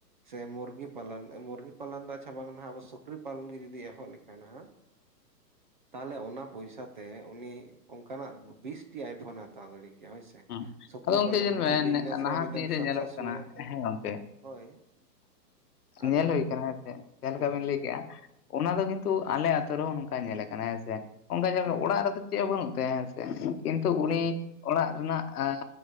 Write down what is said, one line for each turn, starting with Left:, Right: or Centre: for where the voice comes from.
Right: ᱥᱮ ᱢᱩᱨᱜᱤ ᱯᱟᱞᱚᱱ ᱢᱩᱨᱜᱤ ᱯᱟᱞᱚᱱ ᱫᱚ ᱟᱪᱪᱷᱟ ᱵᱟᱝ ᱱᱟᱦᱟᱜ ᱟᱵᱚ ᱥᱩᱠᱨᱤ ᱯᱟᱞᱚᱱ ᱜᱮ ᱡᱩᱫᱤ ᱮᱦᱚᱵ ᱞᱮᱠᱷᱟᱱ ᱦᱟᱸᱜ, ᱛᱟᱦᱚᱞᱮ ᱚᱱᱟ ᱯᱚᱭᱥᱟ ᱛᱮ ᱩᱱᱤ, ᱚᱱᱠᱟᱱᱟᱜ ᱵᱤᱥᱴᱤ ᱟᱭᱯᱷᱳᱱ ᱦᱟ ᱛᱟᱲᱟ ᱛᱟᱲᱤ ᱜᱮᱭᱟ ᱦᱳᱭ ᱥᱮ,
Left: ᱦᱩᱸ
Right: ᱥᱩᱠᱨᱤ
Left: ᱟᱫᱚ ᱜᱚᱝᱠᱮ
Right: ᱯᱟᱞᱚᱱ
Left: ᱧᱮᱞ
Right: ᱡᱩᱫᱤ
Left: ᱢᱮ
Right: ᱵᱤᱡᱽᱱᱮᱥ
Left: ᱱᱟᱦᱟᱜ
Right: ᱨᱮ ᱢᱤᱫ ᱫᱷᱟᱣ
Left: ᱫᱤᱱ
Right: ᱥᱟᱠᱥᱮᱥ
Left: ᱧᱮᱞᱚᱜ ᱠᱟᱱᱟ
Right: ᱦᱩᱭᱮᱱ ᱛᱟᱭᱟ
Left: ᱦᱮᱸ ᱜᱚᱝᱠᱮ
Right: ᱦᱳᱭ᱾ ᱟᱫᱚ
Left: ᱧᱮᱞ ᱦᱩᱭ ᱠᱟᱱᱟ ᱦᱮᱸ ᱥᱮ, ᱡᱟᱦᱟ
Right: ᱦᱩᱸ
Left: ᱞᱮᱠᱟ ᱵᱮᱱ ᱞᱟᱹᱭ ᱠᱮᱜ-ᱟ᱾ ᱚᱱᱟ ᱫᱚ ᱠᱤᱱᱛᱩ ᱟᱞᱮ ᱟᱛᱳ ᱨᱮᱦᱚᱸ ᱱᱚᱝᱠᱟ ᱧᱮᱞ ᱠᱟᱱᱟ ᱦᱮᱸ ᱥᱮ, ᱚᱱᱠᱟ ᱧᱮᱞᱵᱮ
Right: ᱦᱩᱸ
Left: ᱚᱲᱟᱜ ᱨᱮᱫᱚ ᱪᱮᱫ ᱦᱚᱸ ᱵᱟᱹᱱᱩᱜ ᱛᱟᱭᱟ ᱦᱮᱥ ᱠᱤᱱᱛᱩ
Right: ᱦᱩᱸ
Left: ᱩᱱᱤ ᱚᱲᱟᱜ ᱨᱮᱱᱟᱜ ᱟᱸᱻᱻ